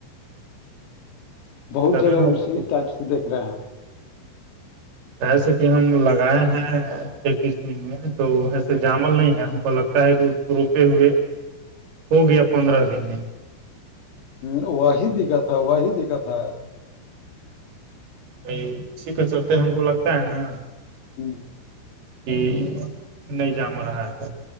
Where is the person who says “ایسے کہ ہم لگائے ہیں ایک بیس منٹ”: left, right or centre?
Right